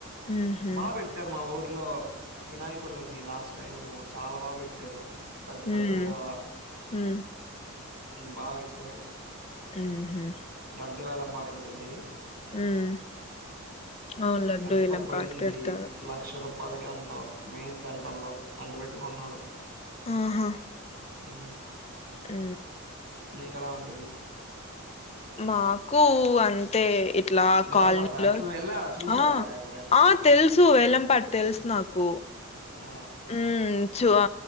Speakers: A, on the left; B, on the right.
A: మ్హు
B: బా పెట్టారు మా ఊర్లో వినాయకులని. లాస్ట్ టైము చాలా బాగా పెట్టారు పెద్ద
A: మ్మ్
B: పెద్దగా
A: మ్మ్
B: బా పెట్టారు
A: మ్హు
B: లడ్డు వేలం పాటు ఉంటుంది.
A: మ్మ్ అవును లడ్డూ
B: ఎంతకో
A: వేలం
B: పోయింది
A: పాట పెడతారు
B: లక్ష రూపా <unintelligible> మెయిన్ సెంటర్ లో అంత పెట్టి కొన్నారు.
A: ఆహా
B: ఉ
A: ఊ
B: నీకు అలాన్
A: మాకు అంతే ఇట్లా
B: వేలం
A: కాలనీలో
B: పాట అసలు వెళ్ళావా? చూసావా
A: ఆ
B: ఎప్పుడైనా?
A: ఆ తెలుసు ఏలంపాట్ తెలుసు నాకు
B: ఆ!
A: ఊ చ